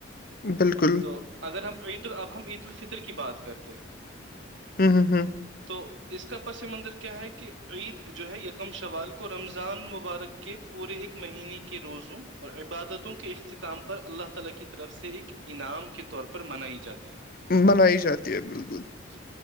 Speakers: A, on the left; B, on the right.
A: بالکل
B: تو اگر ہم عید ال اب ہم عید الفطر کی بات کرتے ہیں
A: ہوں ہ ہوں
B: تو اس کا پس منظر کیا ہے کہ عید جو ہے یکم شوال کو رمضان و ورک کی پوری ایک مہینے کے روزوں اور عبادتوں کے اختتام پر اللہ تعالی کی طرف سے ایک انعام کے طور پر منائی جاتی ہے
A: بنائی جاتی ہے بالکل
B: جی